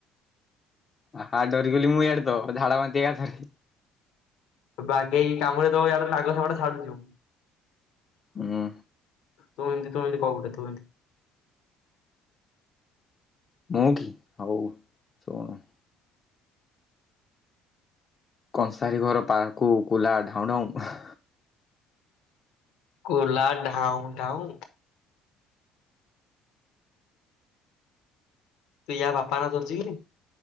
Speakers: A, on the left; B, on the left.
A: ହାଁ ଡରିଗଲି ମୁଇଁ ୟାଡେତ ଝାଡ଼ା ବାନ୍ତି ଏକାଥରେ।
B: ବାଗେଇକି କାମୁଡିଦବ ୟାଡେ ନାଗସାପ ଟା ଛାଡୁଚୁ।
A: ହୁଁଉଁ।
B: ତୁ ଏମତି ତୁ ଏମତି କୋଉ ଗୋଟେ ତୁ ଏମତି।
A: ହୁଁ କି ହଉ ଶୁଣ। କଂସାରୀ ଘର ପାହାକୁ କୁଲା ଢାଉଁ ଢାଉ ହେଁ
B: କୁଲା ଢାଉଁ ଢାଉଁ। ତୁ ୟା ବାପା ନା ଧରୁଚୁ କିରେ